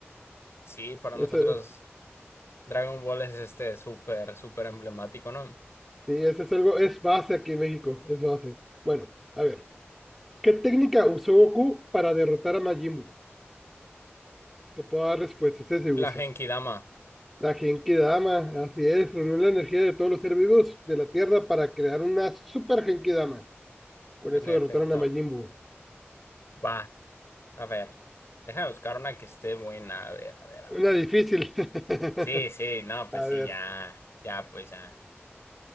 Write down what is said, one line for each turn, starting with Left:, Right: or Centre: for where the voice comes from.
Left: Sí, para
Centre: Eso,
Left: nosotros Dragon Ball es este súper, súper emblemático, ¿no?
Centre: sí, eso es algo, es base aquí en México, es base. Bueno, a ver, ¿qué técnica usó Goku para derrotar a Majin Buu? Te puedo dar respuestas, eh, si usas
Left: La Genkidama,
Centre: La Genki Dama, así es, reunió la energía de todos los seres vivos de la Tierra para crear una super Genki Dama. Con
Left: en
Centre: eso
Left: efecto.
Centre: derrotaron a Majin Buu.
Left: Va, a ver. Déjame buscar una que esté buena. A ver, a ver, a
Centre: Una
Left: ver.
Centre: difícil. <laughs>
Left: Sí, sí, no, pues
Centre: A ver,
Left: sí, ya. Ya, pues ya.